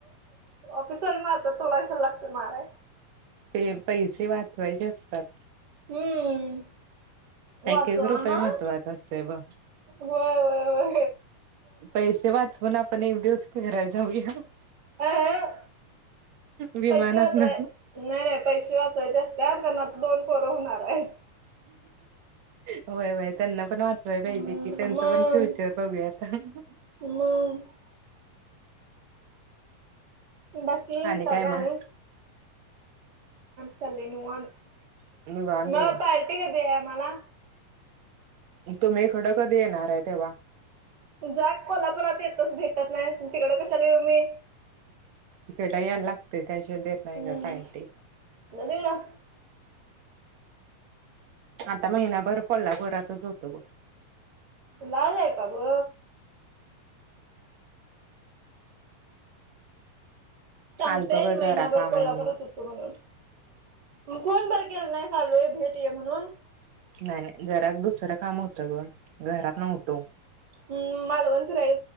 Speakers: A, on the right (about 30°); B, on the right (about 60°).
A: ऑफिसवाली मारतात तुला कशाला लागतय माराय
B: ते पैसे वाचवायचे असतात
A: हम्म वाचवा
B: एक एक रुपये
A: ह.
B: महत्त्वाचा असतोय बघ.
A: वय वय वय
B: पैसे वाचवून आपण एक दिवस फिरायला जाऊया
A: आह
B: विमानात
A: पैसे वाचवाय
B: न.
A: नाही नाही पैसे वाचवायचे असत्यात कारण आता दोन पोर होणार आहेत
B: वय वय त्यांना ण वाजे
A: हम्म
B: की त्यांच
A: मग
B: पण फ्युचर बघूया <unintelligible>
A: मग बाकी
B: आणि
A: काय काणीत
B: मग
A: चाले निवत <unintelligible>
B: निवांत
A: मग
B: बघ
A: पार्टी कधी आहे मला
B: तुम्ही खडं कधी येणार आहे तेव्हा
A: जा कोल्हापुरात येतच भेटत नाही तिकड कशाला येऊ मी
B: इकडेड यायला लागते त्याच्या देत नाही
A: हम्म
B: ग कायट
A: जा तिकडं
B: आता महिनाभर कोल्हापुरातच होतं बर
A: लाल आहे बा ब सांगतोय
B: आलतो ग
A: महिनाभर
B: जरा काम
A: कोल्हापुरात
B: आहे म्हणून.
A: होतो म्हणून कोण बरं केलं नाही चालूय भेट ये म्हणून
B: नाही नाही जरा दुसरं काम होतं ग घरात नव्हतो
A: ह मालवन फय